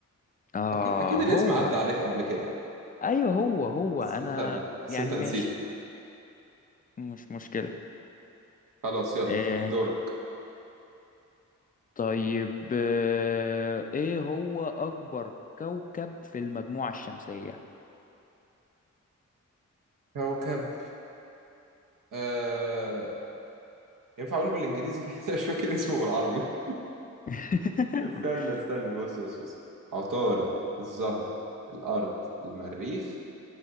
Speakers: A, on the left (about 25°); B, on the right (about 75°).
A: اه
B: أكيد أكيد الاسم
A: هو
B: عدى عليك قبل كده يعني
A: ايوه هو هو
B: بس
A: انا
B: أنت بس
A: يعني
B: أنت نسيته
A: ماشي مش مشكله
B: خلاص يلا
A: آه
B: دورك
A: طيب آه ايه هو اكبر كوكب في المجموعه الشمسيه
B: كوكب آه... ينفع أقوله بالإنجليزي <laughs> أنا مش فاكر اسمه بالعربي
A: <laughs>
B: استنى استنى بص بص بص عطارد الزهرة الأرض المريخ